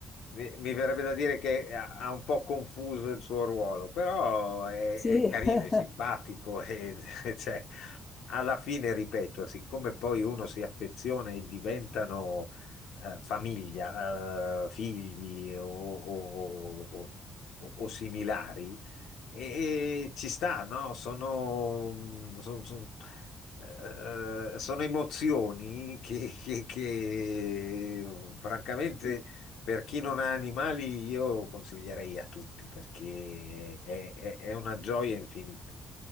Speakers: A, on the left; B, on the left.
A: mi, mi verrebbe da dire che ha, ha un po' confuso il suo ruolo, però è,
B: Sì,
A: è carino,
B: <laughs>
A: è simpatico e <laughs> cioè, alla fine, ripeto, siccome poi uno si affeziona e diventano eh, famiglia, eh, figli o, o- o- o- o similari, e, e ci sta, no? Sono, son- son- eh, sono emozioni che, che- che, oh, francamente,
B: sì.
A: per chi non ha animali, io consiglierei a tutti perché è, è- è una gioia infinita.